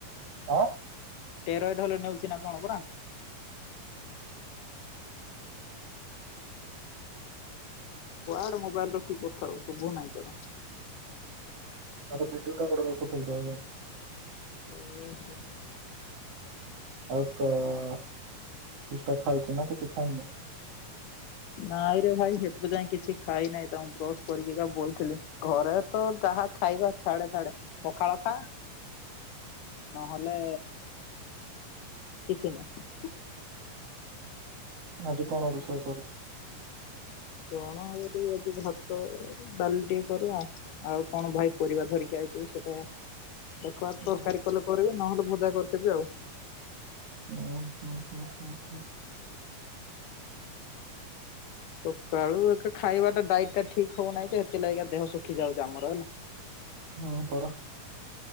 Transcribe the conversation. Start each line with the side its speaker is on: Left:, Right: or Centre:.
Right: ଆଁ
Left: ଟେରଏଡ ହେଲେ ନେଉଛି ନା କଣ ପରା କୁଆଡେ ମୋବାଇଲ ରଖି କଥା ଶୁଭୁ ନହିଁ ତର
Right: <unintelligible>
Left: ଓହ।
Right: ଆଉ କ କିଛିଟା ଖାଇଛ ନା କିଛି ଖାଇନ?
Left: ନାଇଁରେ ଭାଇ ସେଥିପାଇଁ କିଛି ଖାଇ ନାହିଁ ତାମକୁ ବ୍ରସ୍ କରିକି କ ବଇଥିଲି ଘରେ ତ ଯାହା ଖାଇବା ଛାଡେ ଛାଡେ ପଖାଳ ଖା ନହେଲେ କିଛି ନାହି।
Right: ଆଜି କଣ ରୁଷେଇ କରୁଛି।
Left: କଣ ହବ ଟିକେ ଆଜି ଭାତ ଡାଲି ଟିକେ କରିବା ଆଉ କଣ ଭାଇ ପରିବା ଧରିକି ଆଇଛି ସେଟା ଦେଖ
Right: ହୁଁ
Left: ତରକାରୀ କଲେ କରିବେ ନହେଲେ ଭଜା କରିବ। <unintelligible>
Right: ଓ ହୁଁ ହୁଁ ହୁଁ ହୁଁ।
Left: ସକାଳୁ ଏକ ଖାଇବାଟା ଡାଇଟ୍ ଟା ଠିକ ହଉନାହିଁ ତ ସେଥିଲାଗି ଦେହ ଶୁଖି ଯାଉଛି ଆମର ହେଲା।
Right: ହଁ ପରା।